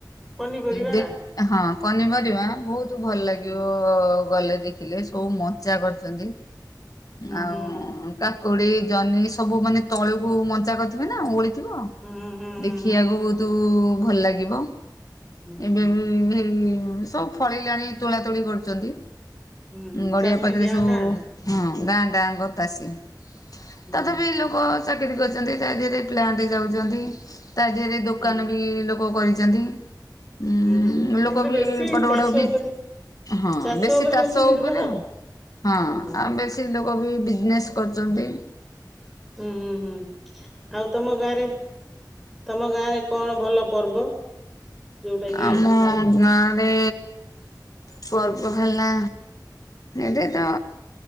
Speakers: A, in the centre; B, on the left.
A: ପନିପରିବା?
B: ଦେ ହଁ ପନିପରିବା ବହୁତ ଭଲ ଲାଗିବ
A: ହୁଁ
B: ଗଲେ ଦେଖି ଥିଲେ ସବୁ ମଜା କରିଛନ୍ତି।
A: ହୁଁ
B: ଆଉ
A: ହୁଁ ହୁଁ।
B: କାକୁଡି ଜହ୍ନି ସବୁ ମାନେ ତଳକୁ ମଜା କରିଥିବେ ନା ଓହ ଥିବ।
A: ହୁଁ ହୁଁ ହୁଁ
B: ଦେଖିବାକୁ
A: ହୁଁ ହୁଁ
B: ବହୁତ ଭଲ ଲାଗିବ
A: ହୁଁ
B: ଏବେ
A: ହୁଁ
B: ବି ହେଇ ସବୁ ଫଳିଲାଣି ତୋଳା ତୋଳି କରୁଛନ୍ତି।
A: ହୁଁ ହୁଁ
B: ଗଡିଆ
A: ଚାଷୀ
B: ପାଖରେ
A: ଗାଁ
B: ସବୁ
A: ଟା ଆଉ
B: ହଁ ଗାଁ ଟାଁ ଗ ଚାଷୀ
A: ହୁଁ
B: ତଥାପି
A: ହୁଁ।
B: ଲୋକ ଲୋକ ଚାକିରି କରିଛନ୍ତି ତା ଦେହରେ ପ୍ଲାଣ୍ଟ ଯାଉଛନ୍ତି ତା ଦେହରେ ଦୋକାନ
A: ହୁଁ
B: ବି କୂଅ କହିଛନ୍ତି। ଉଁ
A: ହୁଁ ହୁଁ
B: ଲୋକ
A: କିନ୍ତୁ
B: ବି
A: ବେଶୀ
B: ବଡ
A: ଚାଷ
B: ବଡ ବି
A: ଉପରେ
B: ହଁ
A: ଚାଷ
B: ବେଶୀ
A: ଉପରେ
B: ତାଷ
A: ନିର୍ଭର।
B: କ କହିଲେ ହଁ
A: ହୁଁ ହୁଁ ହୁଁ
B: ଆଉ ବେଶୀ ଲୋକ ବି ବିଜନେସ କରୁଛନ୍ତି।
A: ହୁଁ ହୁଁ ହୁଁ ଆଉ ତମ ଗାଁରେ ତମ ଗାଁରେ କଣ ଭଲ ପର୍ବ? ଯୋଉଟା କି
B: ଆମ ଗାଁ ରେ ପର୍ବ ହେଲା ଏଇ ତ